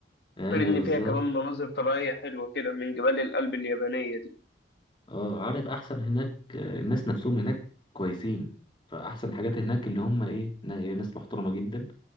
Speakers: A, on the left; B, on the left.
A: ايوه
B: غير إن
A: بالظبط
B: فيها كمان مناظر طبيعية حلوة كده من جبال الألب اليابانية دي
A: اه عارف احسن هناك آه، الناس نفسهم هناك كويسين فاحسن حاجات هناك اللي هم ايه نا- ناس محترمه جدا